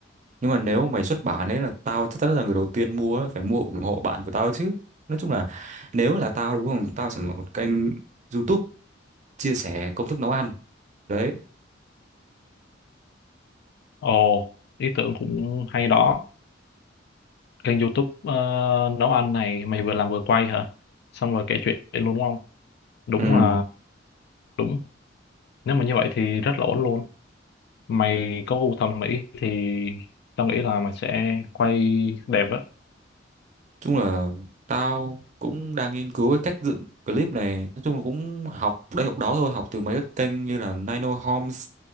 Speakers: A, on the right; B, on the left.
A: nhưng mà nếu mày xuất bản ấy là tao chắc chắn là người đầu tiên mua ấy, phải mua ủng hộ bạn của tao chứ nói chung là nếu là tao đúng không tao sẽ mở một kênh YouTube chia sẻ công thức nấu ăn đấy
B: ồ ý tưởng cũng hay đó kênh YouTube ờ, nấu ăn này mày vừa làm vừa quay hả xong rồi kể chuyện luôn đúng không đúng
A: ừ nói
B: là đúng nếu mà như vậy thì rất là ổn luôn mày có gu thẩm mỹ thì tao nghĩ là mày sẽ quay đẹp á
A: chung là tao cũng đang nghiên cứu cái cách dựng clip này nói chung là cũng học đây học đó thôi học từ mấy cái kênh như là Nino Homes